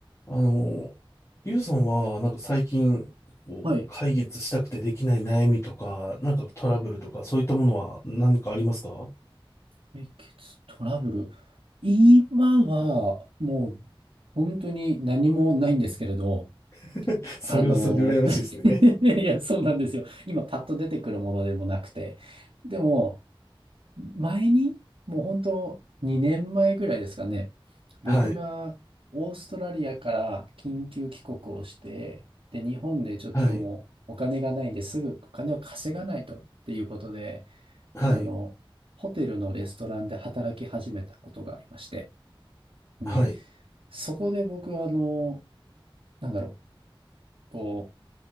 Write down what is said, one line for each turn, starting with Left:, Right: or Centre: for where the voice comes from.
Left: あの、ゆうさんは、なんか最近、こう、
Right: はい。
Left: 解決したくてできない悩みとか、なんかトラブルとか、そういったものは何かありますか
Right: 解決トラブル。今は、もう、本当に何もないんですけれど、
Left: <laughs> それはそれで羨ましいですね。
Right: あの、<laughs> いや、そうなんですよ。今、パッと出てくるものでもなくて。でも、前に、もう本当、2年前ぐらいですかね、僕がオーストラリアから緊急帰国をして、
Left: はい、
Right: で、日本でちょっともう、
Left: はい、
Right: お金がないんですぐお金を稼がないとっていうことで、
Left: はい、
Right: あの、ホテルのレストランで働き始めたことがありまして、で、
Left: はい、
Right: そこで僕は、あの、なんだろう、こ